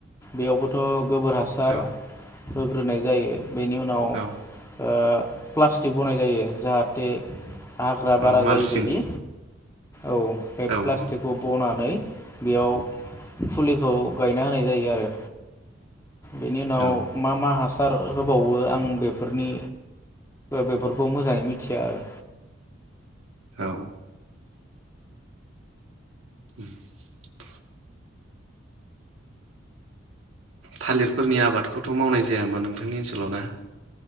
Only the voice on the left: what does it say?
बेयावबोथ' गोबोर हासार
होग्रोनाय जायो। बेनि उनाव
ओ प्लास्टिक बनाय जायो जाहाथे हाग्रा
बारा
जायबायदि औ बे
प्लास्टिकखौ बनानै बेयाव फुलिखौ गायना होनाय जायो आरो बेनि उनाव
मा मा हासार सार होबावो आं बेफोरनि बेफोरखौ मोजाङै मिथिया आरो